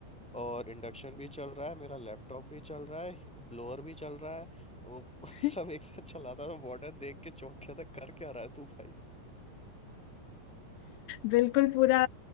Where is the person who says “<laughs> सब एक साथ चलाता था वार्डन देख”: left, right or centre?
Centre